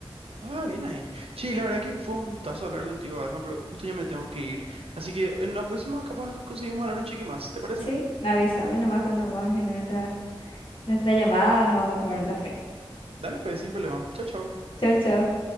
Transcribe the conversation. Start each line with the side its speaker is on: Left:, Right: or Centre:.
Right: Ah, bien ahí. Sí, la verdad que fue un gustazo hablar contigo, Alma, pero justo ya me tengo que ir. Así que en la próxima capaz conseguimos hablar un chiqui más, ¿te parece?
Left: Sí, avísame nomás cuando vamos a agendar nuestra, nuestra llamada o nos vamos a tomar un café.
Right: Dale, pues, sin problema. Chao, chao.
Left: Chao, chao.